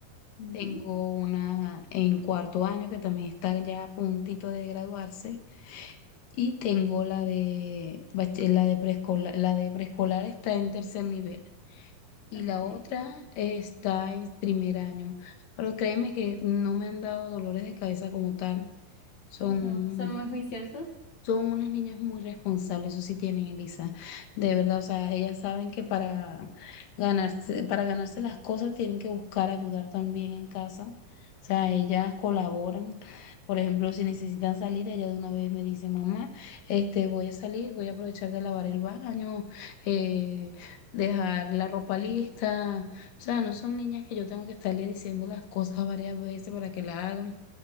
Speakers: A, on the left; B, on the left.
A: Ujú.
B: Tengo una en cuarto año que también está ya a puntito de graduarse. Y tengo la de, bach- la de preescolar, la de preescolar está en tercer nivel y
A: Ok.
B: la otra está en primer año. Pero créeme que no me han dado dolores de cabeza como tal. Son
A: No, son muy juiciosos.
B: son unas niñas muy responsables, eso sí tienen, Elisa. De verdad, o sea, ellas saben que para ganarse, para ganarse las cosas tienen que buscar ayudar también en casa. O sea, ellas colaboran. Por ejemplo, si necesitan salir, ella de una vez me dice, mamá, este, voy a salir, voy a aprovechar de lavar el baño, eh, dejar la ropa lista. O sea, no son niñas que yo tengo que estarle diciendo las cosas varias veces para que la hagan,